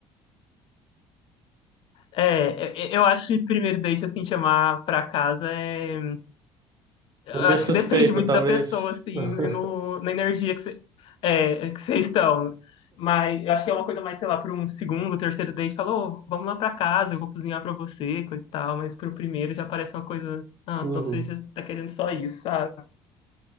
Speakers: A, on the left (about 50°); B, on the right (about 35°).
A: é, eu acho que primeiro date, assim, chamar pra casa é Eu
B: É
A: acho
B: meio suspeito,
A: que depende muito
B: talvez.
A: da pessoa, assim,
B: <laughs>
A: e no, na energia que você é, que vocês estão. Mas eu acho que é uma coisa mais, sei lá, para um segundo, terceiro date, falou, "Ô, vamos lá para casa, eu vou cozinhar para você, coisa e tal. Mas pro primeiro já parece uma coisa, ah,
B: Uhum.
A: então você já tá querendo só isso, sabe?